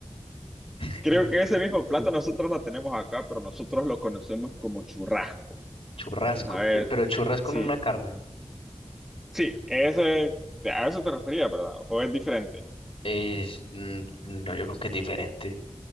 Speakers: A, on the left; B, in the centre.
A: <laughs>
B: Creo que ese mismo plato nosotros lo tenemos acá, pero nosotros lo conocemos como churrasco.
A: Churrasco,
B: A ver,
A: pe- pero churrasco
B: sí,
A: en una carne.
B: sí, ese, a eso te refería, ¿verdad? ¿O es diferente?
A: Es, mm, no, yo creo que es diferente.